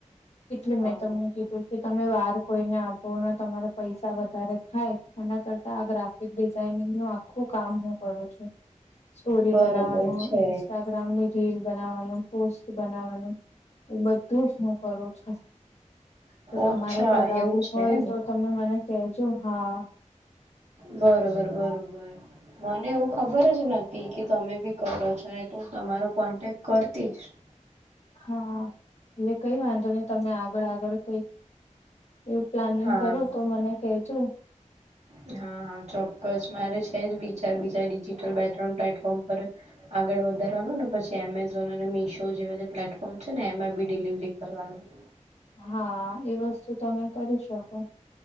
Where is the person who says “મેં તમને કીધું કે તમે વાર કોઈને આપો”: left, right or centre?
Left